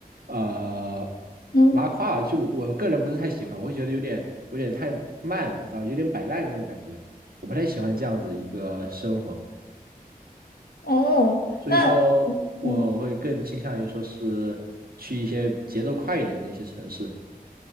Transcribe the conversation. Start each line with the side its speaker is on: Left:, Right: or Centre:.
Right: 呃，
Left: 嗯，
Right: 拉胯。就我我个人不是太喜欢，我会觉得有点有点太慢，你知道，有点摆烂的那种感觉。我不太喜欢这样子一个生活。
Left: 哦，
Right: 所以说我会更倾向于说是去一些节奏快一点的一些城市，
Left: 那嗯嗯。